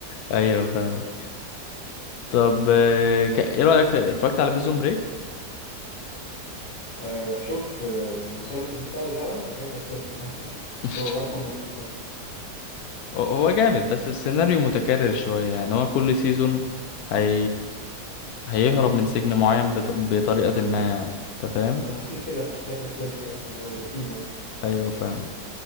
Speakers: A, on the left; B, on the left.
A: ايوه فاهم طب آه، ك... ايه رايك في... اتفرجت على بريزون بريك
B: آه شفت آه مسل... شفت اول حلقه بعد كده كسلت اكمل <laughs>
A: <laughs>
B: بس هو بسمع انه جامد فشخ.
A: هو جامد بس السيناريو متكرر شوية يعني هو كل سيزون هي... هيهرب من سجن معين بط... بطريقة ما يعني انت فاهم؟
B: ما انا حسيت كده فعشان كده كسلت فاهم اللي هو روتين يعني
A: ايوه فاهم